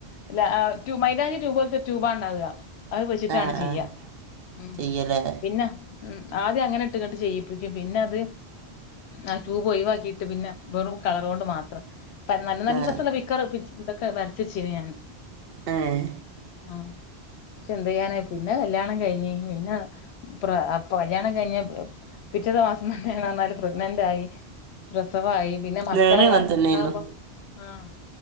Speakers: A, on the left; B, on the right.
A: ഇല്ല മൈലാഞ്ചി ട്യൂബോലത്തെ ട്യൂബ്ണ്ടാവുക. അത് വെച്ചിട്ടാണ്
B: ആ
A: ചെയ്യ
B: ആ
A: ഉം
B: ചെയ്യലേ
A: പിന്നെ ഉം ആദ്യം അങ്ങനെ ഇട്ട്ങ്ങട്ട് ചെയ്യിപ്പിക്കും പിന്നെ അത് ആഹ് ട്യൂബ് ഒഴിവാക്കിയിട്ട് പിന്നെ വെറും കളറ്കൊണ്ട് മാത്രം. നല്ല നല്ല
B: ആ
A: രസൊള്ള <unintelligible> ഇതൊക്കെ വരച്ച് വച്ചീനി ഞാൻ.
B: ഏഹ്
A: ആഹ് പക്ഷെ എന്തയ്യാന പിന്നെ കല്യാണം കഴിഞ്ഞ് പിന്ന പ്ര കല്യാണം കഴിഞ്ഞ പിറ്റേത്ത മാസം തന്നെ <unintelligible> ന്നാല് പ്രഗ്നന്റായി. പ്രസവായി പിന്നെ മക്കള്
B: ഞാനും അങ്ങനെ തന്നെയായിരുന്നു
A: ഇതാകുമ്പോ ആഹ്